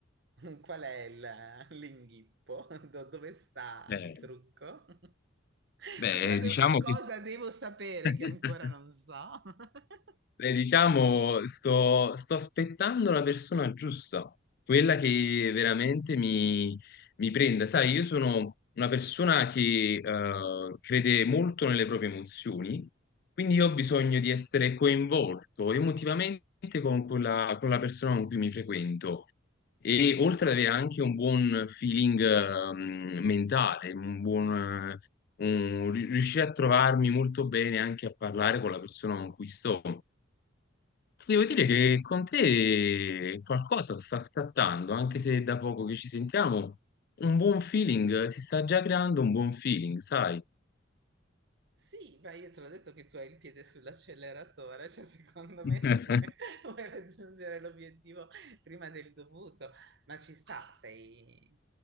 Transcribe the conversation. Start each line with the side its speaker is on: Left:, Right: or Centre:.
Right: <laughs> Qual è il- l'inghippo? <laughs> Do- dove sta
Left: Eh,
Right: il trucco? <laughs>
Left: beh,
Right: Cosa devo,
Left: diciamo
Right: cosa
Left: che...
Right: devo sapere
Left: <laughs>
Right: che ancora non so? <laughs>
Left: Eh, Diciamo, sto, sto aspettando la persona giusta, quella che veramente mi, mi prenda. Sai, io sono una persona che eh, crede molto nelle proprie emozioni, quindi io ho bisogno di essere coinvolto emotivamente con quella, con la persona con cui mi frequento. E oltre ad avere anche un buon feeling ehm, mentale, un buon, eh, un- riuscire a trovarmi molto bene anche a parlare con la persona con cui sto. Ti Devo dire che con te qualcosa sta scattando, anche se è da poco che ci sentiamo, un buon feeling, si sta già creando un buon feeling, sai?
Right: Sì, beh, io te l'ho detto che tu hai il piede sull'acceleratore, cioè secondo me
Left: <laughs>
Right: tu vuoi, <laughs> vuoi raggiungere l'obiettivo prima del dovuto, ma ci sta, sei